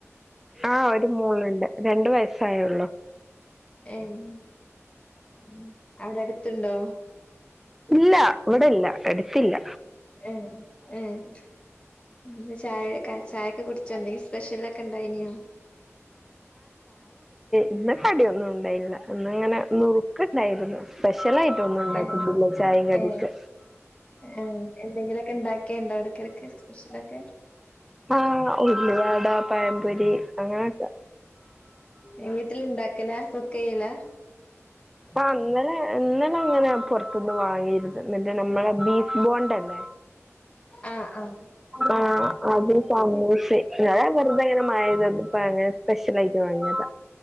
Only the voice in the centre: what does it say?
ആ ഒരു മോള്ണ്ട് രണ്ട് വയസ് സയയൊള്ളു
ഇല്ല വിടെല്ല എടുത്തില്ല
ഇന്നുകടിയൊന്നുമുണ്ടായില്ല, ഇന്നിങ്ങനെ നുറുക്കുണ്ടായിരുന്നു. സ്പെഷ്യലായിട്ടൊന്നും ഉണ്ടാക്കിട്ടില്ല,
ചായയും കടിക്ക്
ആ.. ഉള്ളിവട പഴംപൊരി അങ്ങനെയൊക്കെ
ആ.. ഇന്നലെ, ഇന്നലെ അങ്ങനെ പുറത്തൂന്ന് വാങ്ങി. പിന്നെ, നമ്മടെ ബീഫ് ബോണ്ടല്ലേ
ആ.. അതും സമൂസയും ഞാൻ വെറുതെയിങ്ങനെ മഴയത്ത്, അതിപ്പമങ്ങനെ സ്പെഷ്യലായിട്ട് വാങ്ങിയത